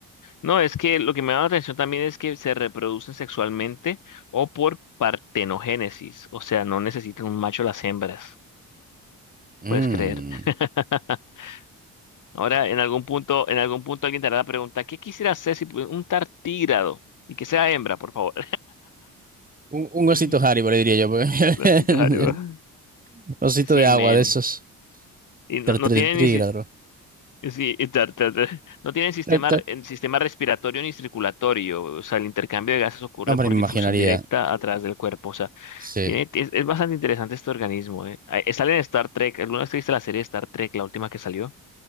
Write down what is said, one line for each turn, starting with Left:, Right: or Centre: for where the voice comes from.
Left: No, es que lo que me da la atención también es que se reproducen sexualmente o por partenogénesis. O sea, no necesitan un macho las hembras.
Right: Mm.
Left: Puedes creer. <laughs> Ahora, en algún punto, en algún punto alguien te hará la pregunta, ¿qué quisiera hacer si pu- un tartígrado? Y que sea hembra, por favor.
Right: Un, un osito
Left: <laughs>
Right: Haribo, le diría yo. porque-
Left: Así te haría.
Right: <laughs> Osito
Left: Sí,
Right: de agua
Left: men.
Right: de esos.
Left: Y no,
Right: Tr-
Left: no
Right: tr-
Left: tiene
Right: Trígrado.
Left: ni, si- Sí, y tar- tar- tar- no tienen sistema,
Right: Tr- tr-
Left: re- en sistema respiratorio ni circulatorio, o sea, el intercambio de gases ocurre
Right: Hombre,
Left: por
Right: me
Left: difusión
Right: imaginaría.
Left: directa a través del cuerpo, o sea,
Right: Sí.
Left: tiene, es, es bastante interesante este organismo, ¿eh? Ah, eh, Sale en Star Trek, ¿alguna vez viste la serie de Star Trek, la última que salió?